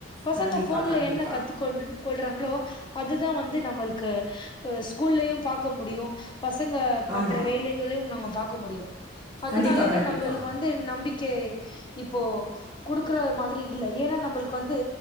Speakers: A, on the left (about 25°); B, on the right (about 20°).
A: பசங்க
B: கண்டிப்பா
A: ஃபோன்ல
B: கண்டிப்பா
A: என்ன கத்துக்கொ ள்றாங்களோ அதுதா வந்து நம்மளுக்கு ஸ்கூல்லயு பாக்க முடியு பசங்க பண்ற
B: ஆமா
A: வேலைகளையு நாங்க பாக்க முடியு அதனாலயே
B: கண்டிப்பா கண்டிப்பா
A: நம்மளுக்கு வந்து நம்பிக்கை இப்போ குடுக்குற மாதிரி இல்ல ஏனா நம்ளுக்கு வந்து